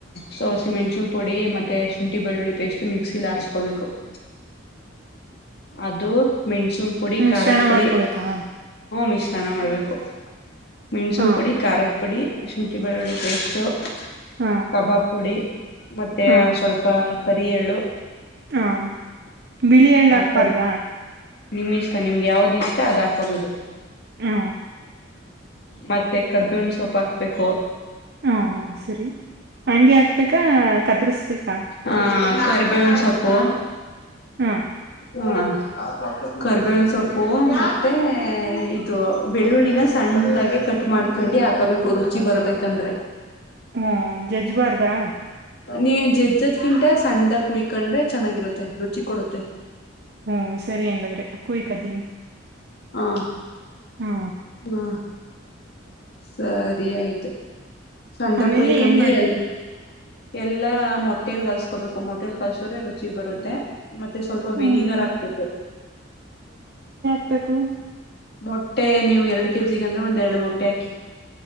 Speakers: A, on the left; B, on the right.
A: ಸೋಸೆ ಮೆಣ್ಸಿಿನ ಪುಡಿ ಮತ್ತುತ್ತ ಶುಂಠಿ ಬೆಳ್ಳುಳ್ಳಿ ಪೇಸ್ಟ್ ಮಿಕ್ಸಿಲಿ ಆಡ್ಸ್ಕೋಬೇಕು <inaudible> ಅದು ಮೆಣಸುನ್ ಪುಡಿ
B: ಮಿಶ್ರಣ
A: ಖಾರದ ಪುಡಿ
B: ಮಾಡ್ಕೋಬೇಕಾ
A: ಹ್ಞೂ ಮಿಶ್ರಣ ಮಾಡಬೇಕು ಮೆಣ್ಸುಂ
B: ಹಾ
A: ಪುಡಿ ಖಾರದ ಪುಡಿ ಶುಂಠಿ ಬೆಳ್ಳುಳ್ಳಿ ಪೇಸ್ಟು
B: ಹಾ
A: ಕಬಾಬ್ ಪುಡಿ ಮತ್ತೆ
B: ಹಾ
A: ಸ್ವಲ್ಪ ಕರಿಯಳು
B: ಹಾ ಬಿಳಿ ಎಳ್ ಹಕ್ಬಾರ್ದ
A: ಕರಿ ನಿಮ್ ಇಷ್ಟ ನಿಮ್ಗೆ ಯಾವ್ದು ಇಷ್ಟ ಅದ್ ಹಾಕೋಬೋುದು
B: ಹ್ಮ
A: ಮತ್ತೆ ಕರ್ಬೇವಣ ಸೊಪ್ ಹಾಕ್ಬೇಕು
B: ಹ ಸರಿ ಹಂಗೆ ಹಾಕ್ಬೇಕಾ ಕತ್ರಿಸ್ಬೇಕಾ
A: ಹಾ ಕರಿ ಬೇವಿನ ಸೊಪ್ಪು
B: ಹ
A: ಹಾ ಕರ್ಬೇವನ್ ಸೊಪ್ಪು ಮತ್ತೆ ಇದು ಬೆಳ್ಳುಳ್ಳಿನ ಸಣ್ಣ ಮುಂಟಾಗೆ ಕಟ್ ಮಾಡ್ಕೊಂಡು ಹಾಕಬೇಕು ರುಚಿ ಬರ್ಬೇಕಂದ್ರೆ
B: ಹ್ಮ ಜಜ್ವಾರ್ದಾ
A: ನೀ ಜಜ್ಜದ್ ಗಿಟ ಸಣ್ಣದಾಗ ಕುಯ್ಕೊಂಡ್ರೆ ಚೆನ್ನಾಗಿರತ್ತೆ ರುಚಿ ಕೊಡುತ್ತೆ
B: ಹ್ಮ ಸರಿ ಹೆಂಗಾದ್ರೆ ಕುಯಕತೀನ್
A: ಹಾ
B: ಹ್ಮ
A: ಹಾ ಸರಿ ಆಯ್ತು ಸ್ಣ
B: ಆಮೇಲೆ
A: ಕುಯ್ಕೊಂಡಿ
B: ಏನ್ ಮಾಡ್ಬೇಕು
A: ಎಲ್ ಎಲ್ಲಾ ಮೊಟ್ಟೇಲ್ ಕಲ್ಸ್ಕೋಬೇಕು ಮೊಟ್ಟೇಲ್ ಕಲ್ಸ್ರೆ ರುಚಿ ಬರುತ್ತೆ ಮತ್ತೆ ಸ್ವಲ್ಪ
B: ಹ್ಮ್,
A: ವೆನಿಗರ್ ಹಾಕ್ಬೇಕು
B: ಬು <unintelligible>
A: ಮೊಟ್ಟೆ ನೀವು ಎರಡು ಕೆಜಿಗ ಅಂದ್ರೆ ಒಂದ್ ಎರಡು ಮೊಟ್ಟೆ ಹಾಕಿ